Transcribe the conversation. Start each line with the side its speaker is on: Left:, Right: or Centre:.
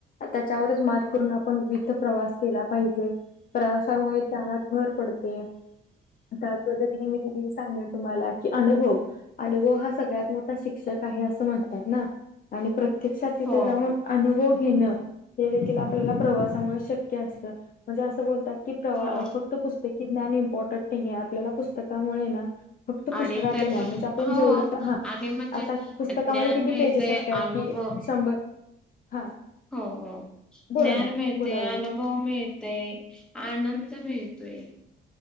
Left: त्याच्यावरच मात करून आपण विविध प्रवास केला पाहिजे प्रवासामुळे ज्ञानात भर पडते त्या पद्धतीने मी त सांगेन तुम्हाला की अनुभव, अनुभव, हा सगळ्यात मोठा शिक्षक आहे अस अस म्हणतात ना, आणि प्रत्यक्षात तिथ
Centre: हो
Left: जाऊन अनुभव घेणं हे देखील आपल्याला प्रवासामुळे शक्य असतं, म्हणजे असं बोलतात की प्रवा
Centre: हो
Left: फक्त पुस्तकी ज्ञान इम्पॉर्टंट नाही आहे, आपल्याला पुस्तकामुळे ना फक्त
Centre: आणि
Left: पुस्तकातले
Centre: त्यातून
Left: ज्ञान म्हणजे, आपण
Centre: हो
Left: जेवढं हा
Centre: आणि म्हणजे
Left: आता पुस्तकामध्ये
Centre: ज्ञान
Left: किती
Centre: मिळते
Left: पेजेस असतात
Centre: अनुभव
Left: कि शंभर हा
Centre: हो, हो
Left: बोला
Centre: ज्ञान
Left: ना
Centre: मिळते,
Left: बोला बोला
Centre: अनुभव मिळते, आनंद त मिळतोय